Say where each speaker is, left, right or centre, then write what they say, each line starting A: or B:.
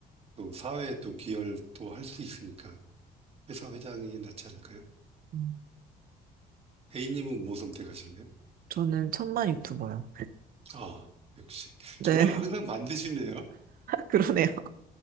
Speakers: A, on the right (about 35°); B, on the right (about 60°).
A: 또 사회에 또 기여를 또 할 수 있으니까 회사 회장이 낫지 않을까요?
B: 음.
A: A님은 뭐 선택하실래요?
B: 저는 천만 유튜버요.
A: 아, 역시.
B: 네,
A: 저랑 항상 반드시네요.
B: <laughs> 그러네요.